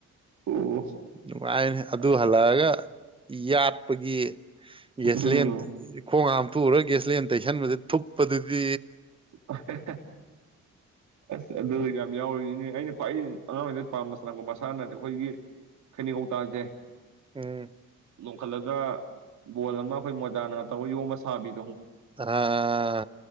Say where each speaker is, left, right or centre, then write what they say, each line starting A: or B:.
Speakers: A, on the right (about 70°); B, on the right (about 15°).
A: ꯑꯣ
B: ꯅꯨꯪꯉꯥꯏꯍꯦ ꯑꯗꯨ
A: ꯑꯁ
B: ꯍꯜꯂꯛꯑꯒ ꯌꯥꯠꯄꯒꯤ ꯌꯦꯁꯂꯤ
A: ꯎꯝ
B: ꯈꯣꯉ ꯊꯨꯔꯒ ꯒ꯭ꯌꯥꯁꯂꯦꯟ ꯇꯩꯁꯟꯕꯗ ꯊꯨꯞꯄꯗꯨꯗꯤ
A: ꯑꯍꯤ ꯑꯁ ꯑꯗꯨ ꯌꯥꯝ ꯌꯥꯎꯔꯤꯁꯤꯅꯦ ꯑꯩꯅ ꯈ꯭ꯋꯥꯏ ꯑꯉꯥꯡ ꯑꯣꯏꯉꯩ ꯄꯥꯝꯕ ꯁꯥꯟꯅꯄ ꯃꯁꯥꯅꯠꯇꯦ ꯑꯩꯈꯣꯏꯒꯤ ꯈꯩꯅꯒꯧꯇꯥꯁꯦ
B: ꯎꯝ
A: ꯄꯨꯈꯠꯂꯒ ꯕꯣꯜ ꯑꯃ ꯑꯩꯈꯣꯏ ꯃꯣꯖꯥꯅ ꯇꯧꯔꯒ ꯌꯣꯝꯕ ꯁꯥꯕꯤ
B: ꯑꯥ